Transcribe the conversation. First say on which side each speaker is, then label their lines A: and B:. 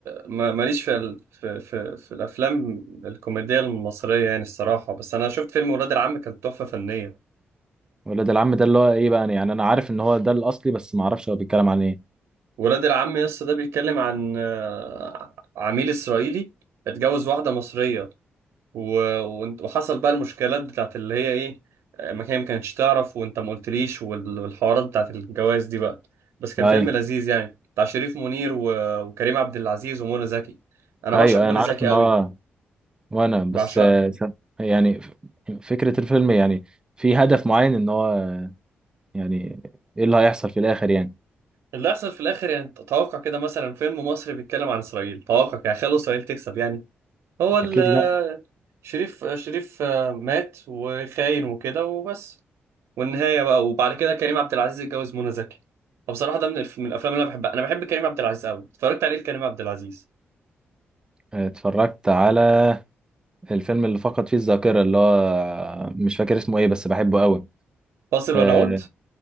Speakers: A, on the right; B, on the right.
A: ما- ماليش في ال... في... في في الافلام الكوميديه المصريه يعني الصراحه بس انا شفت فيلم ولاد العم كان تحفه فنيه
B: ولاد العم ده اللي هو ايه بقى يعني انا عارف ان هو ده الاصلي بس ما اعرفش هو بيتكلم عن ايه
A: ولاد العم يا اسطى ده بيتكلم عن آه، عميل اسرائيلي اتجوز واحده مصريه و... وانت- وحصل بقى المشكلات بتاعت اللي هي ايه آه، ما كان ما كانتش تعرف وانت ما قلتليش وال- والحوارات بتاعت الجواز دي بقى بس كان
B: ايوه
A: فيلم لذيذ يعني بتاع شريف منير و... وكريم عبد العزيز ومنى زكي انا
B: ايوه
A: بعشق منى
B: انا عارف
A: زكي
B: ان
A: قوي
B: هو وانا بس
A: بعشقها
B: آه، س- يعني ف- فكره الفيلم يعني في هدف معين ان هو يعني ايه اللي هيحصل في الاخر يعني
A: اللي حصل في الاخر يعني توقع كده مثلا فيلم مصري بيتكلم عن اسرائيل توقع يعني خلوا اسرائيل تكسب يعني هو ال
B: اكيد لا
A: شريف شريف آه، مات وخاين وكده وبس والنهايه بقى وبعد كده كريم عبد العزيز اتجوز منى زكي فبصراحه ده من الف... من الافلام اللي انا بحبها انا بحب كريم عبد العزيز قوي اتفرجت عليه كريم عبد العزيز
B: اتفرجت على الفيلم اللي فقد فيه الذاكره اللي هو مش فاكر اسمه ايه بس بحبه قوي
A: فاصل
B: آه،
A: ونعود